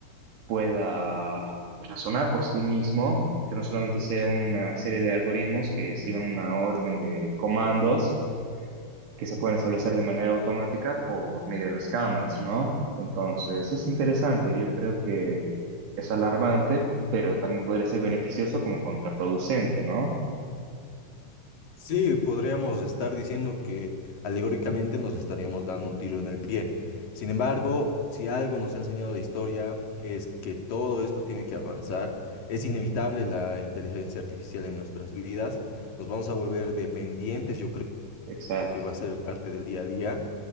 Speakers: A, on the right; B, on the left.
A: pueda razonar por sí mismo y que no solamente sea una serie de algoritmos que sigan una orden de comandos que se pueden establecer de manera automática por medio de las cámaras, ¿no? Entonces, es interesante, yo creo que es alarmante, pero también podría ser beneficioso como contraproducente, ¿no?
B: Sí, podríamos estar diciendo que alegóricamente nos estaríamos dando un tiro en el pie. Sin embargo, si algo nos ha enseñado la historia es que todo esto tiene que avanzar. Es inevitable la inteligencia artificial en nuestras vidas. Nos vamos a volver dependientes, yo creo
A: Exacto,
B: porque va a ser parte del día a día.